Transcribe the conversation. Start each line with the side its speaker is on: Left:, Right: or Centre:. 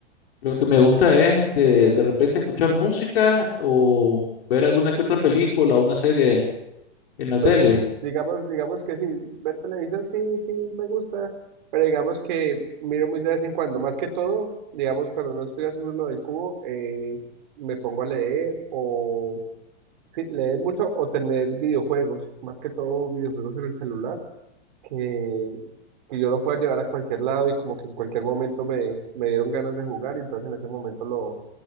Left: lo que me gusta es este, de repente escuchar música o ver alguna que otra película o una serie en la
Right: Pues
Left: tele.
Right: digamos, digamos que sí, ver televisión sí, sí me gusta, pero digamos que miro muy de vez en cuando, más que todo, digamos cuando no estoy haciendo lo del cubo, eh, me pongo a leer o Sí, leer mucho o tener videojuegos, más que todo videojuegos en el celular, que, que yo lo pueda llevar a cualquier lado y como que en cualquier momento me, me dieron ganas de jugar y entonces en ese momento lo,